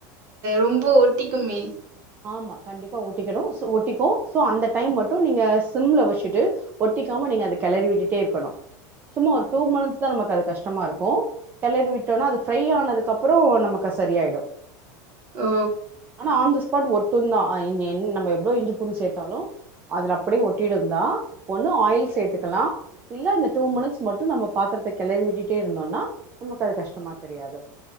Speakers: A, on the right; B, on the right.
A: ரொம்ப ஒட்டிக்குமே
B: ஆமா கண்டிப்பா ஒட்டிக்கிடும் ஒட்டிக்கும் சோ அந்த டைம் மட்டும் நீங்க சிம்ல வெச்சுட்டு ஒட்டிக்காம நீங்க அத கிளறி விட்டுட்டே இருக்கணு சும்மா ஒரு டூ மிநீட்ஸ் தான் நமக்கு அது கஷ்டமா இருக்கு கிளறி விட்டோனா அது ஃப்ரை ஆனதுக்கு அப்பறோ நமக்கு அது சரியாயிடும்
A: ஓ
B: ஆனா ஆன் த ஸ்பாட் ஒட்டுந்தா அ இன் இன் நம்ம எவ்ளோ இஞ்சி பூண்டு சேத்தாலு அதுல அப்டியே ஒட்டிடும்ந்தா ஒண்ணு ஆயில் சேத்துக்கலாம் இல்ல இந்த டூ மினிட்ஸ் மட்டும் நம்ம பாத்திரத்தை கிளறி விட்டுட்டே இருந்தோன்னா நமக்கு அது கஷ்டமா தெரியாது